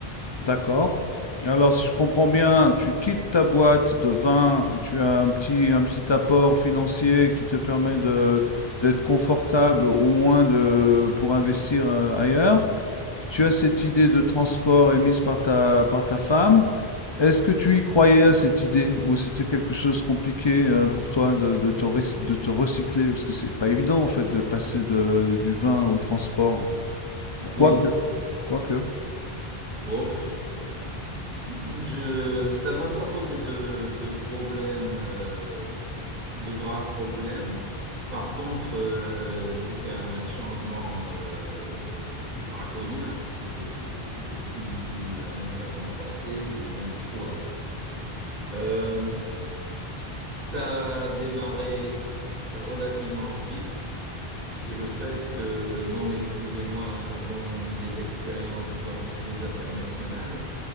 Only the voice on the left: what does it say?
D'accord. Alors, si je comprends bien, tu quittes ta boîte de vin, tu as un petit, un petit apport financier qui te permet de, d'être confortable au moins de, pour investir euh, ailleurs. Tu as cette idée de transport émise par ta, par ta femme. Est-ce que tu y croyais à cette idée ou c'était quelque chose de compliqué euh, pour toi de, de te, rec- de te recycler? Parce que c'est pas évident en fait de passer de- du vin au transport. Bon,
quoique, Mhm. quoique.